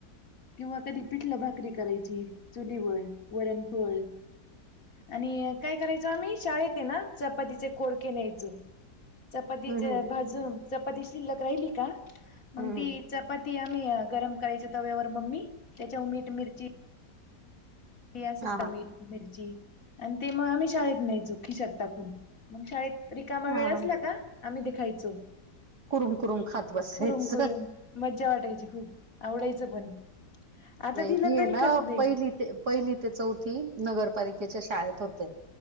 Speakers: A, on the left; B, on the right.
A: किंवा कधी पिठला भाकरी करायची, चुलीवर वरणपोळ आणि काय करायचो आम्ही, शाळेत आहे ना, चपातीचे कोरके न्यायचो. चपातीच्या
B: हं हं.
A: भाजूनं चपाती शिल्लक राहिली का मंग
B: हं
A: ती
B: हं.
A: चपाती आम्ही गरम करायच तव्यावर मम्मी त्याच्यावर मीठ मिरची <unintelligible> सुद्धा
B: हां हां.
A: मीठ मिरची आणि ते म आम्ही शाळेत न्यायचो खिशात टाकून. मंग शाळेत रीकामा
B: हां
A: वेळ
B: हां.
A: असला का आम्ही ते खायचो.
B: कुरुम कुरुम खात बसायचं.
A: कुरुम कुरूम मज्जा वाटायची खूप आवडायचं पण आता
B: नाय
A: दिलं
B: मी
A: तरी
B: हे ना
A: खात नाही
B: पहिली ते पहिली ते चौथी नगरपालिकेच्या शाळेत होते.